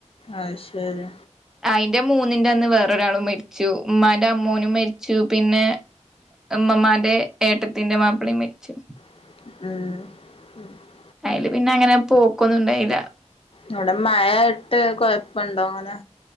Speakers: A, on the left; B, in the centre.
A: അയ് ശരി
B: അയിന്റെ മൂന്നിന്റെ അന്ന് വേറൊരാളും മരിച്ചു ഉമാന്റെ അമ്മോനും മ മരിച്ചു പിന്നെ അമ്മമാന്റെ ഏട്ടത്തിന്റെ മാപ്പിളയും മരിച്ചു
A: ഉം
B: അയില് പിന്നെ അങ്ങനെ പോക്കൊന്നും ഇണ്ടായില്ല
A: ഇവിടെ മഴായിട്ട് കൊഴപ്പുണ്ടോ അങ്ങനെ